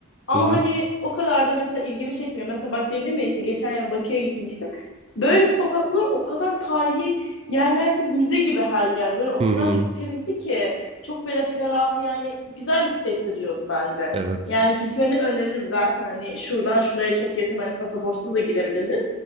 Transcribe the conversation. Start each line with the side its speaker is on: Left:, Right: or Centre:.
Left: ama
Right: Hı hı.
Left: hani o kadar da mesela ilgimi çekmiyor. Mesela bak dedim ya işte geçen yıl Bakü'ye gitmiştim. Böyle sokaklar o kadar tarihi yerler gibi müze gibi her yer böyle o
Right: Hı
Left: kadar
Right: hı.
Left: çok temizdi ki çok böyle ferah yani güzel hissettiriyordu bence.
Right: Evet.
Left: Yani gitmeni öneririm zaten. Hani şuradan şuraya çok yakın hani pasaportsuz da gidebilir.